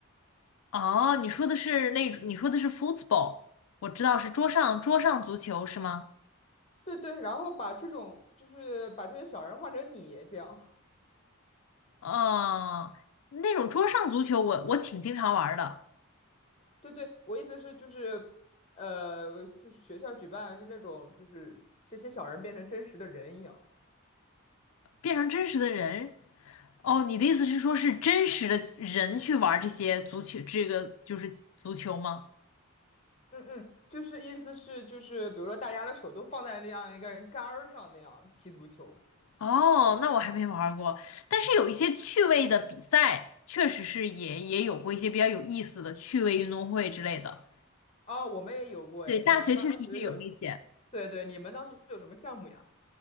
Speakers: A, on the left (about 80°); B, on the left (about 30°).
A: 哦，你说的是那，你说的是 football，我知道是桌上桌上足球是吗？
B: 对对，然后把这种就是把这些小人换成你这样。
A: 哦，那种桌上足球我我挺经常玩儿的，
B: 对对，我意思是就是，呃，就是学校举办是那种，就是这些小人变成真实的人一样。
A: 变成真实的人。哦，你的意思是说，是真实的人去玩这些足球，这个就是足球吗？
B: 嗯嗯，就是意思是就是，比如说大家的手都放在那样一个人杆儿上那样踢足球。
A: 哦，那我还没玩儿过，但是有一些趣味的比赛，确实是也也有过一些比较有意思的趣味运动会之类的。
B: 哦，我们也有过哎，
A: 对，大学确实是有那些，
B: 你们当时有，对对，你们当时有什么项目呀？